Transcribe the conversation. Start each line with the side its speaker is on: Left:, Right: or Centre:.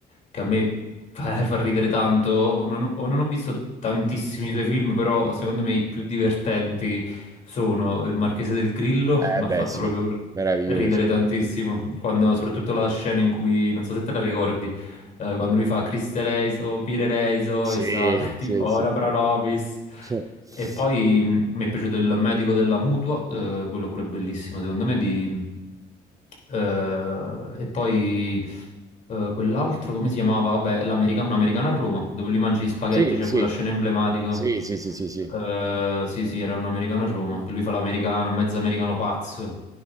Left: che a me fa, <laughs> fa ridere tanto, non, ho non ho visto tantissimi suoi film, però secondo me i più divertenti sono Il Marchese del Grillo,
Right: Eh
Left: che mi
Right: beh
Left: ha fatto
Right: sì,
Left: proprio r-
Right: meraviglioso.
Left: ridere tantissimo, quando, soprattutto la scena in cui, non so se te la ricordi, eh, quando lui fa Criste Reiso, Pire Reiso,
Right: Sì,
Left: e sta <laughs> tipo
Right: sì,
Left: Ora
Right: sì.
Left: pro nobis.
Right: <laughs>
Left: E poi mh, mi è piaciuto il medico della mutua, eh, quello pure bellissimo secondo me. di- eh, e poi eh, quell'altro, come si chiamava? Vabbè, l'america- un americano a Roma, dove lui mangia gli spaghetti,
Right: Sì,
Left: c'è
Right: sì.
Left: quella scena emblematica.
Right: Sì, sì, sì, sì, sì.
Left: Eh, sì, sì, era un americano a Roma, che lui fa l'americano, un mezzo americano pazzo.